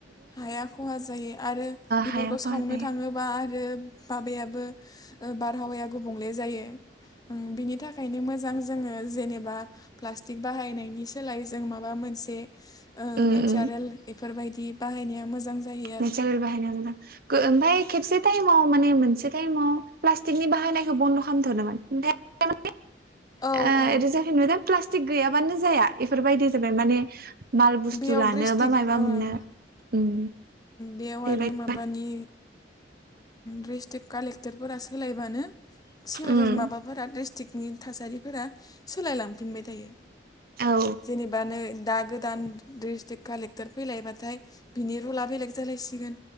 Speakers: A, on the left (about 20°); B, on the right (about 55°).
A: हाया खहा जायो आरो बेफोरखौ
B: हाया खहा
A: सावनो
B: जायो
A: थांङोबा आरो बाबायाबो ओ बारहावाया गुबुंले जायो। ओम बिनि थाखायनो मोजां जोंङो जेनेबा प्लास्टिक बाहायनायनि सोलाय जों माबा मोनसे ओ
B: उम
A: नेचारेल
B: उम
A: बेफोरबायदि बाहायनाया मोजां जायो
B: <unintelligible>
A: आरो
B: गो ओमफाय खेबसे टाइमाव माने मोनसे टाइमाव प्लास्टिकनि बाहायनायखो बन्द' खालामथ'नोमथदोमोन <unintelligible>
A: औ
B: ओ
A: औ
B: ओरै जाफिनबायदा प्लास्टिक गैयाबानो जाया एफोरबायदि जाबाय माने माल बुस्थु
A: बेयाव
B: लानो
A: ड्रिस्टिक
B: बा मायबा
A: ओं
B: मोननो उम
A: बेयाव
B: बेबायदि
A: आरो माबानि ड्रिस्ट्रिक कालेक्टरफोरा सोलायबानो सोलायदों
B: उम
A: माबाफोरा ड्रिस टिकनि थासारिफोरा सोलायलांफिनबाय थायो।
B: औ
A: जेनेबा नो दा गोदान ड्रिस्टिक कालेक्टर फैलायबाथाय बिनि रुला बेलेग जालायसिगोन।